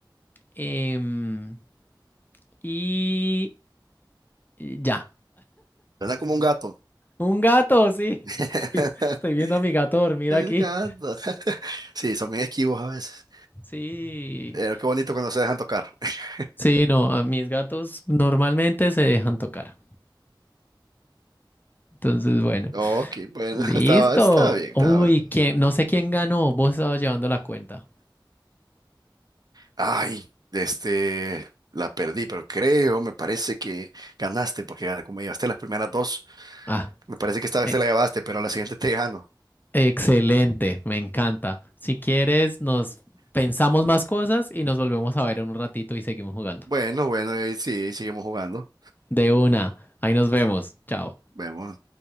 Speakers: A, on the left (about 25°); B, on the right (about 55°).
A: Em, y y ya.
B: Anda como un gato.
A: Un gato, sí.
B: <laughs>
A: <laughs> Estoy, estoy viendo a mi gato dormir
B: el
A: aquí.
B: gato. <laughs> Sí, son bien esquivos a veces.
A: Sí.
B: Pero qué bonito cuando se dejan tocar. <laughs>
A: Sí, no, a mis gatos normalmente se dejan tocar. Entonces, bueno.
B: Ok, bueno,
A: Listo.
B: <laughs> estaba, estaba bien, estaba
A: Uy,
B: bien.
A: ¿quién? No sé quién ganó. Vos estabas llevando la cuenta.
B: Ay, este, la perdí, pero creo, me parece que ganaste porque como llevaste las primeras dos.
A: Ah.
B: Me parece que esta vez
A: eh,
B: te la llevaste, pero a la siguiente te gano.
A: Excelente, me encanta. Si quieres, nos pensamos más cosas y nos volvemos a ver en un ratito y seguimos jugando.
B: Bueno, bueno, y sí, seguimos jugando.
A: De una, ahí nos vemos. Chao.
B: Vemos.